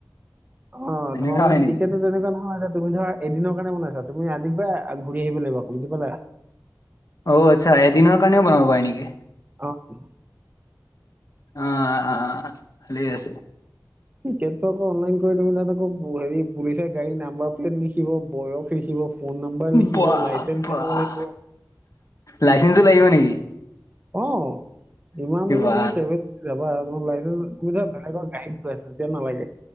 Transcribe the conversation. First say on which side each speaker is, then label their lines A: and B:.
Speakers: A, on the right; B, on the left.
A: অ'
B: এনেকা
A: তোমাৰ মানে
B: হয় নেকি
A: টিকেটো তেনেকুৱা নহয় যে তুমি ধৰা এদিনৰ কাৰণে বনাইছা তুমি আজি প ঘূৰি আহিবলৈ পাৰিবা বুজি পালা।
B: অ' আচ্ছা এদিনৰ কাৰণেও বনাব পাৰি নেকি?
A: আহ।
B: আহ ভালে আছে।
A: টিকটো আকৌ অনলন কৰি তুমি তাত আকৌ হেৰি পুলিচ গাড়ী নাম্বাৰ প্লেট লিখিব, বয়স লিখিব। ফোন নাম্বাৰ লিখিব
B: বাহ
A: লাইচেন্ঞ্চ
B: বাহ
A: দেখাব লাগিব।
B: লাইচেন্ঞ্চো লাগিব নেকি?
A: অ' যিমান দূৰ যে
B: অ
A: তুমি ট্ৰেভেল যাবা লে তুমি ধৰা বেলেগৰ গডী গৈ আছ তেতিয়া নালাগে।